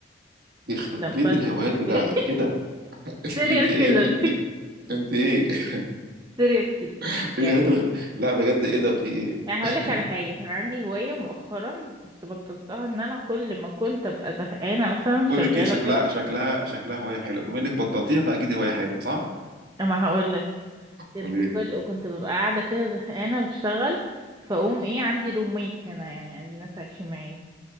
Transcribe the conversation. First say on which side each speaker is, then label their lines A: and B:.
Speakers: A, on the right (about 50°); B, on the right (about 20°).
A: يخرب
B: لما
A: بيت الهوايات
B: بزهق
A: بتاعتك
B: <laughs>
A: ايه ده <laughs> انت
B: سيريال
A: انت
B: كيلر
A: ايه يا- انت انت ايه <laughs>
B: سيريال كيلر
A: إيه
B: <laughs> يعني
A: الهوايات الغريبة؟ لا بجد ايه ده في ايه
B: يعني
A: <laughs>
B: هقولك على حاجة كان عندي هواية مؤخرا بس بطلتها ان انا كل ما كنت ابقى زهقانة مثلا شغالة
A: بقول لك ايه شكلها
B: وكده
A: شكلها شكلها هوايه حلوه بما انك بطلتيها فاكيد هوايه حلوه صح
B: اما هقولك كنت
A: قولي
B: كل
A: لي
B: كنت ببقى قاعدة كده زهقانة بشتغل فأقوم ايه عندي روميت هنا يعني عندي ناس عايشين معايا